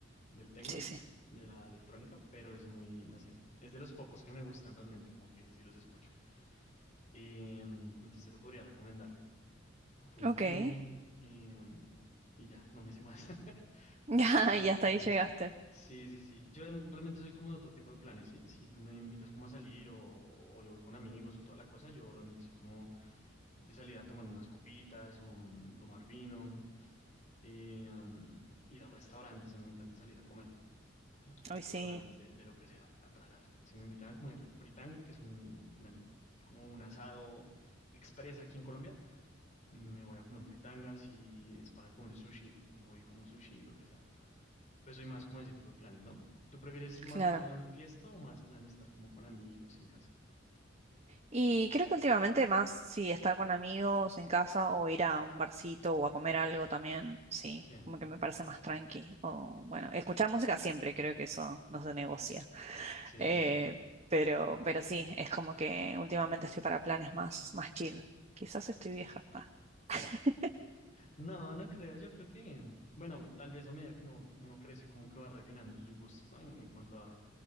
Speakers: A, on the left; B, on the right.
A: del techno,
B: sí, sí.
A: de la electrónica, pero es muy, no sé, es de los pocos que me gustan realmente, como que sí los escucho. Eh, entonces se lo podría recomendar. Fue un
B: Ok.
A: trío
B: <laughs>
A: eh, y ya, no me sé más. <laughs>
B: Ya,
A: Realmente
B: y
A: si
B: hasta
A: me preguntas.
B: ahí llegaste.
A: Sí, sí, sí. Yo real- realmente soy como de otro tipo de planes, ¿sí? Si tú me invitas como a salir o, o yo voy con amigos o toda la cosa, yo realmente soy como de salir a tomar unas copitas o mm, tomar vino, eh, mm, ir a restaurantes, me encanta salir a comer a
B: Hoy
A: restaurantes
B: sí.
A: de, de lo que sea, a tragar. Se me invitan a comer fritanga, que es un, bueno, como un asado express aquí en Colombia, me voy a comer fritangas, y es para comer sushi, voy como sushi, lo que sea. Pues soy más como ese tipo de planes, ¿no? ¿Tú prefieres más
B: Claro.
A: plan fiesta o más plan estar como con amigos en casa?
B: Y creo que últimamente más, sí, estar con amigos en casa o ir a un barcito o a comer algo también, sí,
A: Sí,
B: como que me parece más tranqui. O bueno, escuchar música siempre, creo que eso no se negocia.
A: sí,
B: Eh,
A: sí, sí.
B: pero, pero sí, es como que últimamente estoy para planes más, más chill. Quizás estoy vieja. ah. <laughs>
A: No, no creo, yo creo que, bueno, tal vez a medida que uno, uno crece, como que va refinando sus gustos, ¿no? En, en cuanto a,